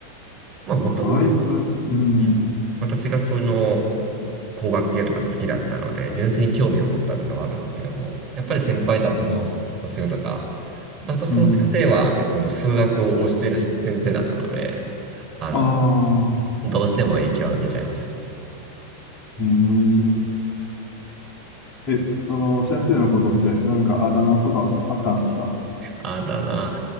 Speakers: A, on the right (about 40°); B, on the left (about 35°).
A: まあ、もとも
B: あいたい、うん、
A: うん私がその工学系とか好きだったので、純粋に興味を持ってたっていうのはあるんですけども、やっぱり先輩たちのおすすめとか、
B: うん、
A: やっぱその先生は結構数学を推している先生だったので、
B: うん、
A: あの、
B: ああ、
A: どうしても影響を受けちゃいました。
B: うんえ、その先生のことって何かあだ名とかあったんですか
A: あだ名、